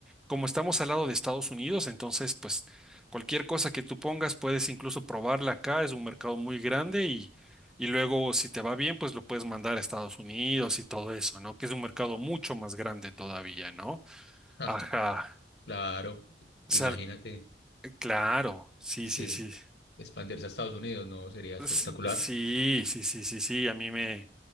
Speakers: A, in the centre; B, on the left (about 65°).
A: como estamos al lado de Estados Unidos, entonces pues cualquier cosa que tú pongas puedes incluso probarla acá, es un mercado muy grande y, y luego si te va bien pues lo puedes mandar a Estados Unidos y todo eso, ¿no? Que es un mercado mucho más grande todavía, ¿no?
B: Ah,
A: Ajá.
B: claro,
A: O
B: imagínate,
A: sea, eh, claro, sí,
B: sí,
A: sí, sí.
B: expandirse a Estados Unidos, ¿no? Sería
A: S-
B: espectacular.
A: Sí, sí, sí, sí, sí, a mí me,